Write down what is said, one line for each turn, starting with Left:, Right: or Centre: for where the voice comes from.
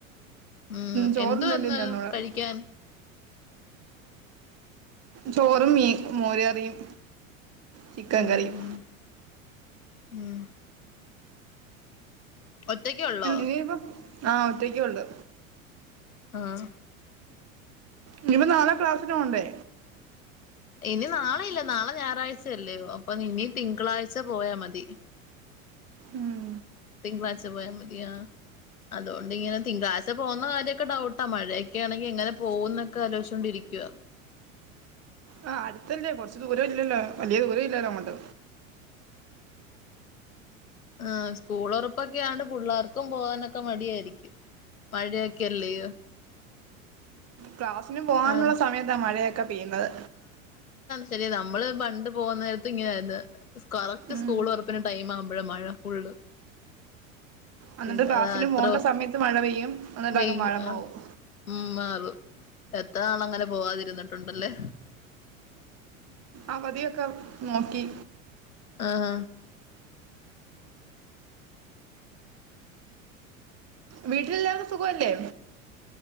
Left: ഉം
Right: ചോറുണ്ടോണ്ട്
Left: എന്തു എന്ന്
Right: ഇനി തന്നോളാം
Left: കഴിക്കാൻ
Right: ചോറും മീ മോര്യറിയും ചിക്കൻ
Left: ഉം
Right: കറിയും
Left: ഉം ഉം ഒറ്റക്ക ഉള്ളോ
Right: ഇനിയിപ്പ ആ ഒറ്റക്ക ഉണ്ട്
Left: ആഹ
Right: ഇനിപ്പ നാലാം ക്ലാസ്സിന പോണ്ടേ
Left: ഇനി നാളെ ഇല്ല നാളെ ഞായറാഴ്ച ല്ലേോ അപ്പൊ ഇനി തിങ്കളാഴ്ച പോയാ മതി
Right: ഉം.
Left: തിങ്കളാഴ്ച പോയാ മതിയാ അതുകൊണ്ട്ിങ്ങനെ തിങ്കളാഴ്ച പോകുന്ന കാര്യമൊക്കെ ഡൗട്ടാ മഴയൊക്കൊണെങ്കി എങ്ങനെ പോകന്നൊക്കെ ആലോചിച്ചോണ്ടിരിക്കുവ
Right: ആ അടുത്തല്ലേ കൊറച്ചു ദൂരം ഇല്ലല്ലോ വലിയ ദൂരം ഇല്ലല്ലോ അൊണ്ട്
Left: ആ സ്കൂൾ ഉറപ്പൊക്കെയാണ്ട് പിള്ളേർക്കും പോകാനൊക്കെ മടിയായിരിക്കും മഴയൊക്കെല്ലേ
Right: ക്ലാസ്സിനും പോകാനുള്ള
Left: അതെ
Right: സമയത്താ മഴയൊക്കെ പെയ്യുന്നത്
Left: ശരി നമ്മള് പണ്ട് പോകുന്ന നേരത്ത് ഇങ്ങനൊയിരുന്നു കറക്റ്റ്
Right: ഉം
Left: സ്കൂള് വറപ്പി ടൈം ആവുമ്പോഴേ മഴ ഫുള്ള്
Right: എന്നിട്ട്
Left: പിന്നെ
Right: ക്ലാസിനന്
Left: അതാ എത്ര
Right: പോകണ്ട സമയത്ത് മഴ പെയ്യും എന്നിട്ട്
Left: വെയ്
Right: അക മഴ
Left: ആഹ്
Right: പോവും
Left: ഉം മാറും എത്ര നാള അങ്ങനെ പോവാതിരുന്നിട്ടുണ്ടല്ലേ
Right: അവധിയൊക്കെ നോക്കി
Left: ആഹ
Right: വീട്ടിലെല്ലാവടെ സുഖല്ലേ